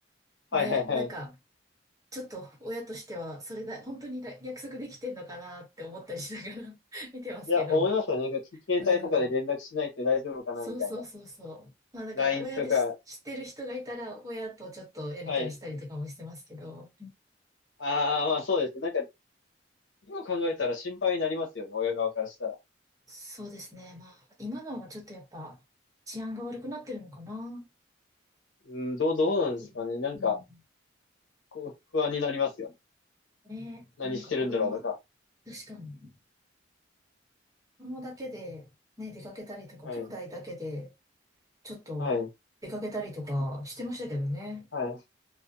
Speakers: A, on the left (about 85°); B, on the right (about 20°).
A: はいはいはい。
B: ね、なんか、ちょっと親としては、それだ、本当にだ約束できてんのかなって思ったりしながら <laughs> 見てますけど。
A: いや、思いますよね。なんか携帯とかで連絡しないって大丈夫かなみたいな。
B: うん。そうそうそうそう。まあだから親でし知ってる人がいたら、
A: LINE とか。
B: 親とちょっとやりとりしたりとかもしてますけど。
A: はい。ああ、まあそうですね。なんか、今考えたら心配になりますよね。親側からしたら。
B: そうですね。まあ今のはちょっとやっぱ治安が悪くなってるのかな。
A: うん、どう、どうなんですかね。
B: だと、
A: なんか、
B: うん。
A: こう、不安になりますよね。
B: ね、
A: 何してるんだろうとか。
B: なんか子供、確かに。子供だけでね、出かけたりとか、
A: はい。
B: 兄弟だけでちょっと出かけたりとかしてましたけどね。
A: はい。はい。